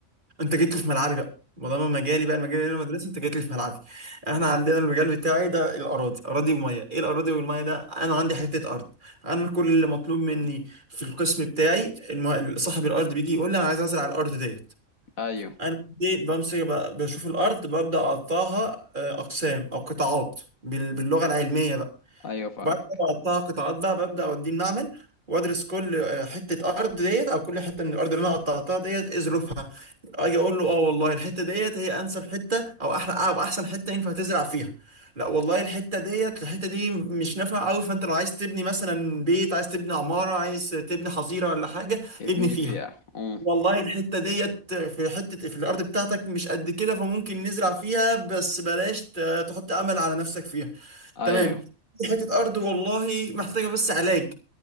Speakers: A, on the right; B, on the left.
A: انت جيت لي في ملعبي بقى ما دام مجالي بقى المجال اللي انا مدرسه انت جيت لي في ملعبي احنا عندنا المجال بتاعي ده الاراضي اراضي وميه ايه الاراضي والميه ده انا عندي حته ارض انا كل اللي مطلوب مني في القسم بتاعي الم... صاحب الارض بيجي يقول لي انا عايز ازرع الارض ديت
B: أيوه
A: انا دي بمسك ب- بشوف الارض ببدا اقطعها آه، اقسام او قطاعات بال... باللغه العلميه بقى
B: أيوه فاهمك
A: وبعد ما اقطعها قطاعات بقى ببدا اوديه المعمل وادرس كل آه، حته ارض ديت او كل حته من الارض اللي انا قطعتها ديت ايه ظروفها اجي اقول له اه والله الحته ديت هي انسب حته او احلى او احسن حته ينفع تزرع فيها لا والله الحته ديت الحته دي مش نافعه قوي فانت لو عايز تبني مثلا بيت عايز تبني عماره عايز تبني حظيره ولا حاجه
B: ابني
A: ابني فيها
B: فيها أمم،
A: والله الحته ديت في حته في الارض بتاعتك مش قد كده فممكن نزرع فيها بس بلاش ت- تحط امل على نفسك فيها
B: أيوه
A: تمام في حته ارض والله محتاجه بس علاج